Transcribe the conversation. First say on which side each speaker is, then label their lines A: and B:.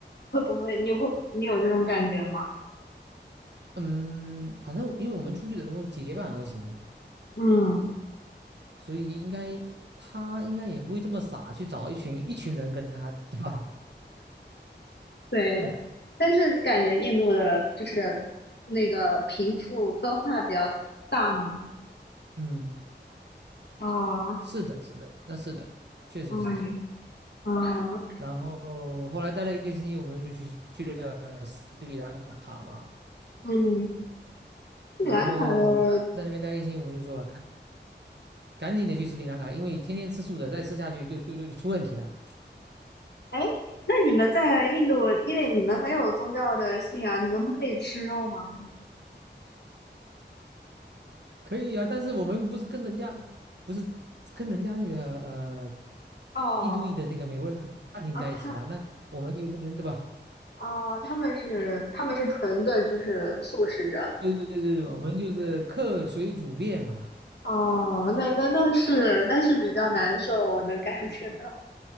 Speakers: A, on the left (about 65°); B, on the right (about 65°).
A: 会不会你会你有这种感觉吗？
B: 嗯，反正因为我们出去的时候结伴而行嘛，
A: 嗯，
B: 所以应该他应该也不会这么傻去找一群一群人跟他，对吧？<laughs>
A: 对，
B: 嗯
A: 但是你感觉印度的就是那个贫富分化比较大吗？
B: 嗯，
A: 哦，
B: 是的，是的，那是的，确实是这样。
A: 嗯，哦，
B: 然后后来待了一个星期，我们就去去了斯里兰卡嘛。
A: 嗯，斯里兰卡的。
B: 然后当时在那边待一个星期，我们就说了，赶紧的去斯里兰卡，因为天天吃素的再吃下去就就就就出问题了。
A: 哎，那你们在印度，因为你们没有宗教的信仰，你们不可以吃肉吗？
B: 可以啊，但是我们不是跟人家不是跟人家那个呃
A: 哦，
B: 印度裔的那个美国人他们家庭在一起嘛，
A: 啊，他，
B: 那我们又不能对吧？
A: 哦，他们是他们是纯的，就是素食者。
B: 对对对对，我们就是客随主便嘛。
A: 哦，那那那是那是比较难受，我能感觉到。